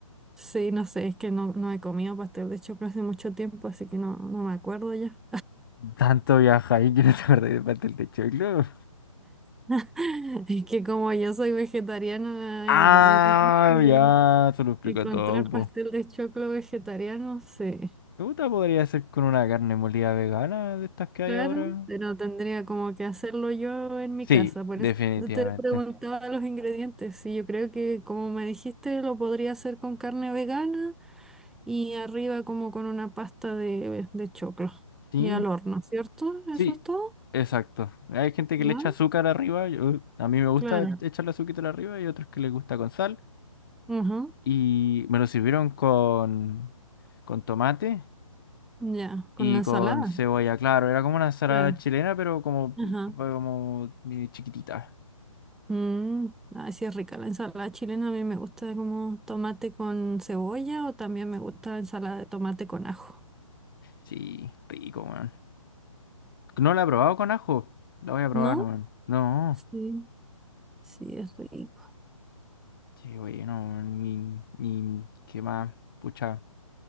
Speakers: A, in the centre; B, on the left.
A: Sí, no sé, es que no, no he comido pastel de choclo hace mucho tiempo, así que no, no me acuerdo ya.
B: Tanto viaja ahí que no te acordás de pastel de choclo.
A: <laughs> Es que como yo soy vegetariana,
B: Ah,
A: igual es difícil
B: ya, se lo explico
A: encontrar
B: todo, po.
A: pastel de choclo vegetariano, sí.
B: Me podría ser con una carne molida vegana de estas que hay
A: Claro,
B: ahora.
A: pero tendría como que hacerlo yo en mi
B: Sí,
A: casa. Por
B: definitivamente.
A: eso te preguntaba los ingredientes. Y yo creo que, como me dijiste, lo podría hacer con carne vegana y arriba como con una pasta de, de choclo
B: Sí,
A: y al horno, ¿cierto?
B: sí,
A: ¿Eso es todo?
B: exacto. Hay gente que
A: ¿Verdad?
B: le echa azúcar arriba, yo- a mí me gusta
A: Claro.
B: echarle azúcar arriba y otros que les gusta con sal.
A: Ujú.
B: Y me lo sirvieron con, con tomate
A: Ya, con
B: y
A: la ensalada.
B: con cebolla, claro. Era como una ensalada
A: Claro.
B: chilena, pero como,
A: Ajá.
B: como eh, chiquitita.
A: Mm, ah, sí es rica la ensalada chilena. A mí me gusta como tomate con cebolla o también me gusta la ensalada de tomate con ajo.
B: Sí, rico, weón. No la he probado con ajo, la voy a probar,
A: ¿No?
B: weón. No,
A: Sí, sí es rico.
B: sí, oye, no, ni, ni, qué más, pucha.